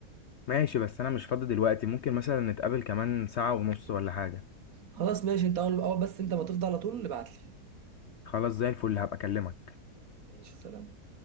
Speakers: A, on the left; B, on the right.
A: ماشي بس انا مش فاضي دلوقتي ممكن مثلا نتقابل كمان ساعه ونص ولا حاجه
B: خلاص ماشي انت اول اول بس انت ما تفضى على طول ابعتلي
A: خلاص زي الفل هبقى اكلمك
B: ماشي سلام